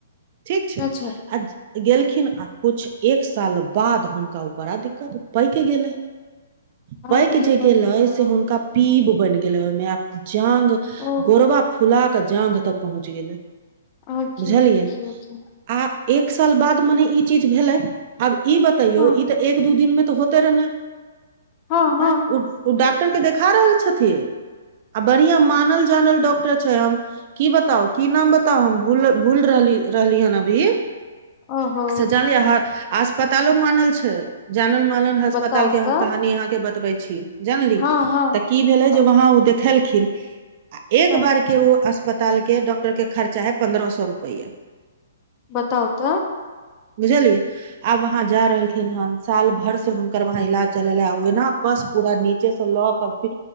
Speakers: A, on the right; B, on the left.
A: ठीक छै
B: अच्छा
A: अ गेलखिन आ किछ एक साल बाद हुनका बड़ा दिक्कत पैाकि गेलै
B: अहाँके
A: पायके जे गेलय
B: मैया
A: से हुनका। पीब बनि गेल ह ओहिमे जाँग
B: ओ
A: गोरबा फुला के जाग तऽ पहुँच गेलै
B: अहाँके
A: बुझलियै
B: मैया की
A: आ एक साल बाद मने ई चीज भेलै आब ई बतैयौ
B: हँ
A: तऽ एक दू दिन मे तऽ होते रह नहि
B: हँ हँ
A: ह ओ डॉक्टर के देखा रहल छथिन आ बढ़िया मानल जानल डॉक्टर छै हम कि बताउ की नाम बताउ हम भूल भूल रहली रहली हन अभी
B: ओहो
A: से जानलियै हैं अस्पतालो मानल छै जानल मालन अस्पताल
B: बताउ
A: के
B: तऽ
A: हम कहानी अहाँकेँ बतबै छी जानली
B: हँ
A: तऽ
B: हँ
A: कि भेले
B: हँ
A: जे वहा ओ देखेलखिन आ एक
B: हँ
A: बार के ओ अस्पताल के डॉक्टर के खर्चा है पंन्द्रह सौ रुपेया
B: बताउ त
A: बुझलियै। आब वहा जा रहलखिन हन साल भर से हुनकर वहा इलाज चलल है ओना बस पूरा नीचे से से लऽ कऽ